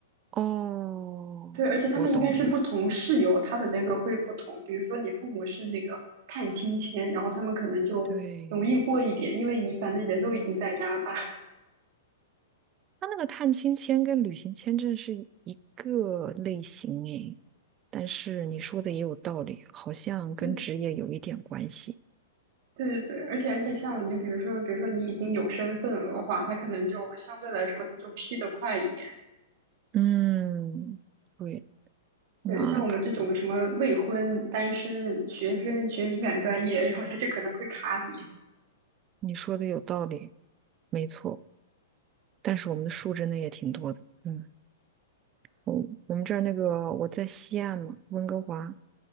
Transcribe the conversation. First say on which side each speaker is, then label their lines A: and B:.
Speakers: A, on the right; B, on the right.
A: 哦，
B: 对，而且他们应该是不同室友，
A: 我懂你意思，
B: 他的那个会不同。比如说你父母是那个探亲签，然后他们可能就容易过一点，
A: 对。
B: 因为你反正人都已经在加拿大。
A: 他那个探亲签跟旅行签证是一个类型诶，但是你说的也有道理，好像跟职业有一点关系。
B: 对对对对，而且而且像你比如说，比如说你已经有身份了的话，他可能就相对来说他就批得快一点。
A: 嗯，对，那看
B: 对，像我们这种什么未婚、单身学生学敏感专业，然后他就可能会卡你
A: 你说的有道理，没错。但是我们的树真的也挺多的。嗯，我我们这儿那个我在西岸嘛，温哥华，